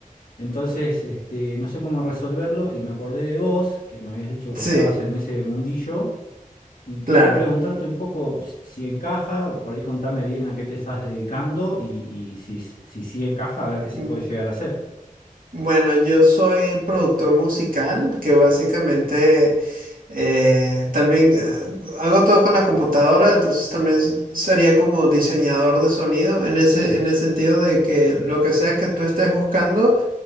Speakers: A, on the left; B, on the right.
A: Entonces, este, no sé cómo resolverlo y me acordé de vos, que me habías dicho que estabas
B: Sí,
A: en ese mundillo, y quería
B: claro.
A: preguntarte un poco si si encaja, por ahí contame bien a qué te estás dedicando y, y si, si sí encaja, a ver qué se
B: Mm,
A: puede llegar a hacer.
B: Bueno, yo soy productor musical, que básicamente eh, también eh, hago todo con la computadora, entonces también s- sería como diseñador de sonido, en ese, en el sentido de que lo que sea que tú estés buscando,